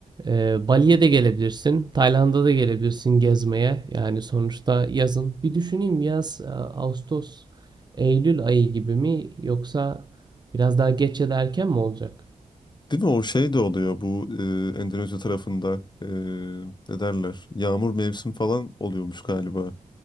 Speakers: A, on the right; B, on the left.
A: Ee, Bali'ye de gelebilirsin. Tayland'a da gelebilirsin gezmeye. Yani sonuçta yazın. Bir düşüneyim yaz, e, Ağustos, Eylül ayı gibi mi yoksa biraz daha geç ya da erken mi olacak?
B: Değil mi? O şey de oluyor bu e, Endonezya tarafında e, ne derler? Yağmur mevsim falan oluyormuş galiba.